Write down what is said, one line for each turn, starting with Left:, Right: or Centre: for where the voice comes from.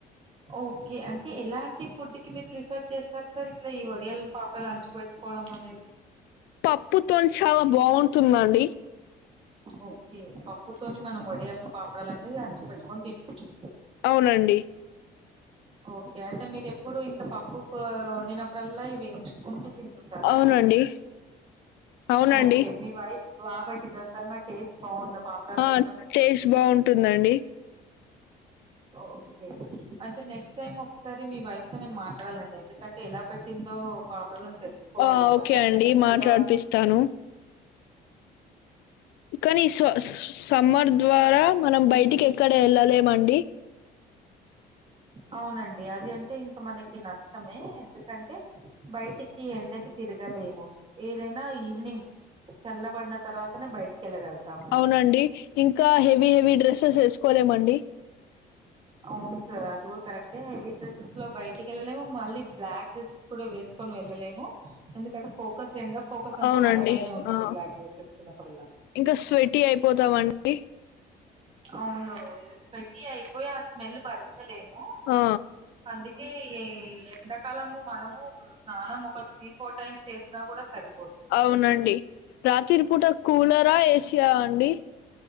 Right: ఓకే అంటే ఎలాంటి ఫుడ్ కి మీరు ప్రిఫర్ చేస్తారు సార్ ఇట్లా ఈ వడియాలని పాపడాలని అంచు పెట్టుకోవడం అనేది
Left: పప్పుతోని చాలా బాగుంటుందండి
Right: ఓ కే పప్పుతోని మనం వడియాలని పాపడాలనేది అంచి పెట్టుకొని తినొచ్చు
Left: అవునండి
Right: ఓకే అంటే మీరు ఎప్పుడు ఇంత పప్పు వండినప్పుడల్లా ఇవి వేయించుకుంటూ తింటుంటారా
Left: అవునండి అవునండి
Right: ఓకే మీ వైఫ్ బాగా పెట్టిందా సార్ మరి టేస్ట్ బాగుందా పాపడాలు
Left: ఆ
Right: తిన్నవి
Left: టేస్ట్ బాగుంటుం దండి
Right: ఓకే అంటే నెక్స్ట్ టైమ్ ఒకసారి మీ వైఫ్ తో నేను మాట్లాడాలండి ఎందుకంటే ఎలా పెట్టిందో పాపడాలని తెలుసుకోవాలి
Left: ఆ
Right: అలా
Left: ఓకే
Right: పెడితే
Left: అండి
Right: నేను
Left: మాట్లాడిపిస్తాను
Right: కూడా
Left: కానీ సా సమ్మర్ ద్వారా మనం బయటికి ఎక్కడ ఎళ్ళలేమండి
Right: అవునండి అది అంటే ఇంకా మనకి నష్టమే ఎందుకంటే బయటికి ఎండకి తిరగలేము ఏదైనా ఈవినింగ్ చల్లబడిన తర్వాతనే బయటికి వెళ్ళగలుగుతాము
Left: అవునండి ఇంకా హెవీ హెవీ డ్రె స్సెస్ ఎసుకోలేమండి
Right: అవును సార్ అది కూడా కరెక్టే హెవీ డ్రస్సెస్ లో బయటికెళ్ళలేము మళ్ళీ బ్లాక్ డ్రెస్సెస్ కూడా వేస్ కొని వెళ్ళలేము ఎందుకంటే ఫోకస్ ఎండ ఫోకస్ అంతా
Left: అవునండి
Right: మన పైనే ఉంటుంది
Left: ఆ
Right: బ్లాక్ డేస్ ఏసుకున్నప్పుడల్లా
Left: ఇంకా స్వెట్టీ అయిపోతామండి
Right: అవును స్వెట్టీ అయిపోయి ఆ స్మెల్లు భరించలేము
Left: ఆ
Right: అందుకే ఏ ఎండాకాలము మనము స్నానం ఒక త్రీ ఫోర్ టైమ్స్ చేసినా కూడా సరిపోదు
Left: అవునండి రాత్రి పూట కూలరా ఏ సి ఆ అండి